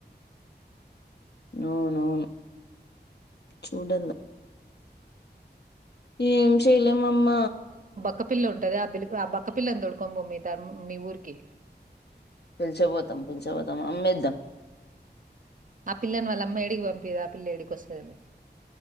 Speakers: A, on the left (about 70°); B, on the right (about 50°).
A: అవును అవును చూడల ఏం చేలే మమ్మ
B: క్కపిల్ల ఉంటది ఆ పిల్ ఆ బక్కపిల్లని దొడుకొనిపో మీ ధం మీ ఊరికి
A: పిలుచుకపోతాం పిలుచుకపోతాం అమ్మేద్దాం
B: ఆ పిల్లని వాళ్ళమ్మా ఎడికి పంపియదు ఆ పిల్ల ఎడికి వస్తది లే